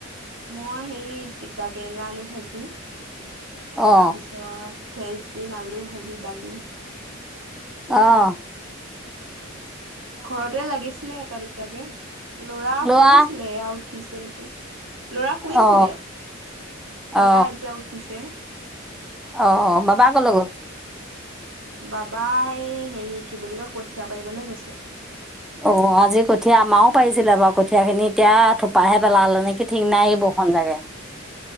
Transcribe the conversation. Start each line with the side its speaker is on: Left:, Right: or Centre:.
Right: মই হেৰি তিতা কেৰেলা আলু ভাজি। কিেই <unintelligible>
Centre: অ
Right: তাৰপিছত ফ্ৰেঞ্চবিন, আলু ভাজি, দালি সেয়াই।
Centre: অহ,
Right: ঘৰতে লাগিছিলে এতা দু তাকে ল'ৰা
Centre: লোৱা
Right: শুইছিলে এয়া উঠিছ সে এতিয়া ল'ৰা শুইছিলে,
Centre: অ অ
Right: এয়া এতিয়া উঠিছে।
Centre: অ', বাব ক লগ কৰৰ
Right: বাবাই এই হেৰি কি বুলি কয় কঠীয়া পাৰিবলৈ গৈছে।
Centre: অ', আজি কঠীয়া আমাৰও পাৰিছিলে বাৰু কঠীয়া খিনি এতিয়া থোপাহে পেলালে নেকি ঠিক নাই বৰুখন জাগে।